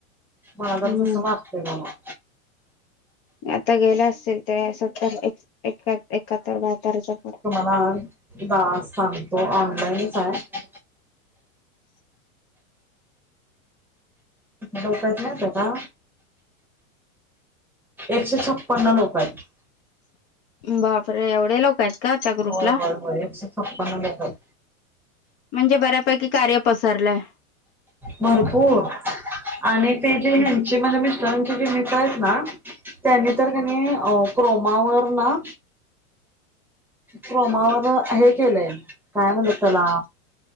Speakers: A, in the centre; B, on the left.
A: माजर
B: हम्म
A: जस वाटतय मला
B: आता गेले असतील ते सत्तरका एकाहत्तर बहाततरच्या पुळे
A: हा दा सांगतो ऑनलाईनच आहे लोकचा स्वभाव एकशे छपन्न लोक आहेत
B: बापरे एवढे लोक आहेत का त्या ग्रुपला
A: होय होय होय एकशे छप्पन्न लोक आहेत
B: म्हणजे बऱ्यापैकी कार्य पसरलंय
A: भरपूर आणि ते जे
B: हा
A: ह्यांचे मला मिस्टरांचे जे मित्र आहेत ना त्यांनी तर कनी क्रोमावर ना कोमावर हे केलंय काय म्हणत त्याला